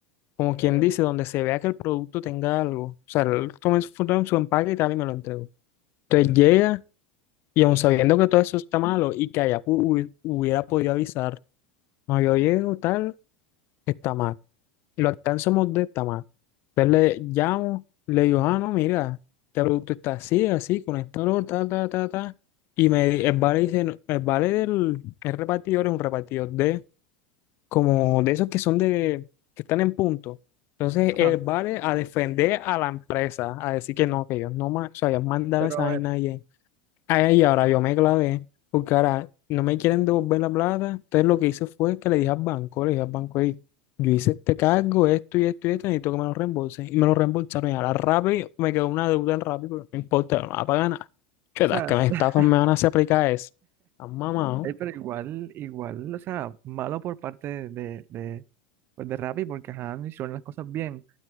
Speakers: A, on the left; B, on the right.
A: como quien dice, donde se vea que el producto tenga algo. O sea, él tomó su foto en su empaque y tal y me lo entregó. Entonces llega. Y aun sabiendo que todo eso está malo y que allá pu- hubi- hubiera podido avisar, no, yo llego tal, está mal. Y lo alcanzamos de está mal. Entonces le llamo, le digo, ah, no, mira, este producto está así, así, con esto, lo, ta, ta, ta, ta. Y me, di- el vale dice, "No, el vale del el repartidor es un repartidor de, como de esos que son de, que están en punto. Entonces, el
B: Ajá,
A: vale a defender a la empresa, a decir que no, que ellos no, ma- o sea, ellos mandaron
B: pero
A: esa
B: a
A: vaina
B: ver,
A: Ay, ahora yo me clavé, porque ahora no me quieren devolver la plata. Entonces lo que hice fue que le dije al banco, le dije al banco, "Ey, yo hice este cargo, esto y esto y esto, necesito que me lo reembolsen. Y me lo reembolsaron. Y ahora rápido me quedó una deuda en rápido, pero no importa, no la pagan nada. Chuetas,
B: o sea,
A: que me estafan,
B: <laughs>
A: me van a hacer aplicar eso. Han mamado.
B: eh,
A: O
B: pero igual, igual, o sea, malo por parte de, de, de, pues de Rappi porque ajá, no hicieron las cosas bien.